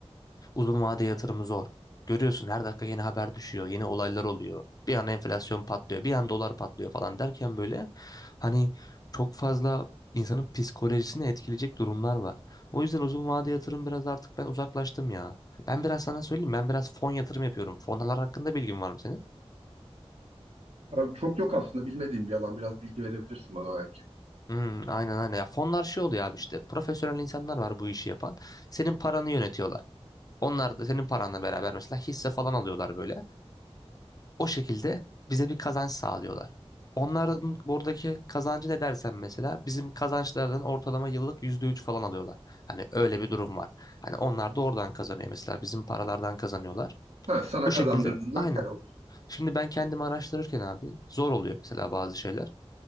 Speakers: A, on the left (about 35°); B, on the right (about 85°).
A: Uzun vade yatırımı zor. Görüyorsun her dakika yeni haber düşüyor, yeni olaylar oluyor. Bir an enflasyon patlıyor, bir an dolar patlıyor falan derken böyle hani çok fazla insanın psikolojisini etkileyecek durumlar var. O yüzden uzun vade yatırım biraz artık ben uzaklaştım ya. Ben biraz sana söyleyeyim ben biraz fon yatırım yapıyorum. Fonlar hakkında bilgin var mı senin?
B: Abi çok yok aslında bilmediğim bir alan. Biraz bilgi verebilirsin bana belki.
A: Hmm, aynen aynen. Ya fonlar şey oluyor abi işte profesyonel insanlar var bu işi yapan. Senin paranı yönetiyorlar. Onlar da senin paranla beraber mesela hisse falan alıyorlar böyle. O şekilde bize bir kazanç sağlıyorlar. Onların buradaki kazancı ne dersen mesela bizim kazançlardan ortalama yıllık %3 falan alıyorlar. Hani öyle bir durum var. Hani onlar da oradan kazanıyor mesela bizim paralardan kazanıyorlar.
B: Ha, sana
A: Bu
B: kazandırdığından
A: şekilde aynen.
B: kar alıyor.
A: Şimdi ben kendimi araştırırken abi zor oluyor mesela bazı şeyler.